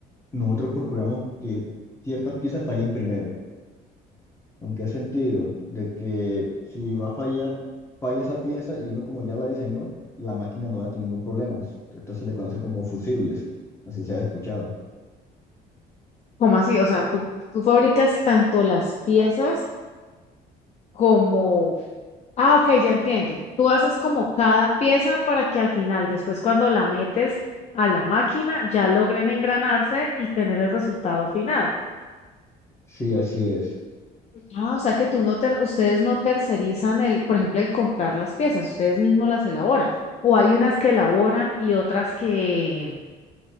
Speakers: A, on the left; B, on the left.
A: nosotros procuramos que ciertas piezas fallen primero ¿En qué sentido? De que si va a fallar, falla esa pieza y uno como ya la diseñó, la máquina no va a tener ningún problema. Esto se le conoce como fusibles, así se ha escuchado.
B: ¿Cómo así? O sea, tú, tú fabricas tanto las piezas como Ah, ok, ya entiendo. Tú haces como cada pieza para que al final, después cuando la metes a la máquina, ya logren engranarse y tener el resultado final.
A: Sí, así es.
B: Ah, o sea que tú no ter- ustedes no tercerizan el, por ejemplo, el comprar las piezas, ustedes mismos las elaboran. O hay unas que elaboran y otras que